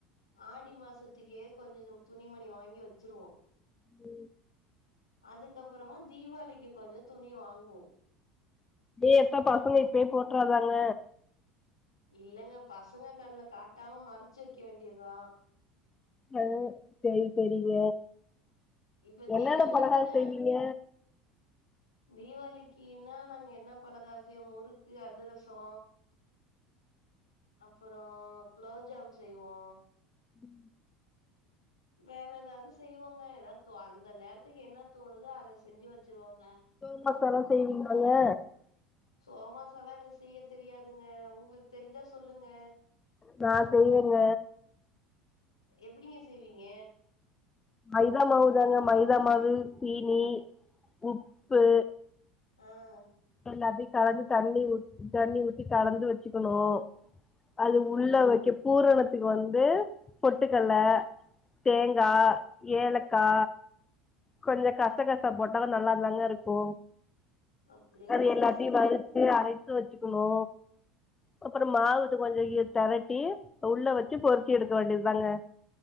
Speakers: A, on the left; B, on the left.
A: ஆடி மாசத்துக்கே கொஞ்சோ துணிமணி வாங்கி வச்சிருவோ
B: உ
A: அதுக்கு அப்றோமா தீபாவளிக் கொஞ்சோ துணி வாங்குவோ
B: ஏ எப்ப பசங்க இப்பயே போட்றாதாங்க
A: இல்லங்க பசங்க கண்ணுல காட்டாம மறச்சு வக்க வேண்டியதுதா
B: அ சேரி சேரிங்க
A: இப்ப தீபாவளிக்குன்னா
B: என்னன்ன பலகார செய்வீங்க
A: தீபாளிக்குன்னா நாங்க என்ன பலகாரோ செய்வோ முறுக்கு அதிரசோ அப்புறோ குளோஜாமு செய்வோ
B: உ
A: வேற ஏதாவது செய்வோங்க ஏதாவது அந்த நேரத்துக்கு என்ன தோணுதோ அத செஞ்சு வச்சிருவோங்க
B: சோமஸ்லா செய்வீங்களாங்க
A: சோமஸ் எல்லா எனக்கு செய்ய தெரியாதுங்க உங்களுக்கு தெரிஞ்சா சொல்லுங்க
B: நா செய்வங்க
A: எப்டிங்க செய்வீங்க
B: மைதா மாவு தாங்க மைதா மாவு ஜினி உப்பு
A: அ ஆ
B: எல்லாத்தையு கலந்து தண்ணி தண்ணி ஊத்தி கலந்து வச்சுக்கணு அது
A: அப்டிங்களா
B: உள்ள வைக்க பூரணத்துக்கு வந்து பொட்டுக்கல்ல தேங்கா
A: ம்
B: ஏலக்கா கொஞ்ச கசகசா போட்ட நல்லாதாங்க இருக்கு
A: அப்டிங்களாங்க
B: அது எல்லாத்தையு வறுச்சு அரைச்சு வச்சுக்கணு அப்பற மாவுட்டு கொஞ்ச திரட்டி உள்ள வச்சி பொறிச்சி எடுக்க வேண்டியதுதாங்க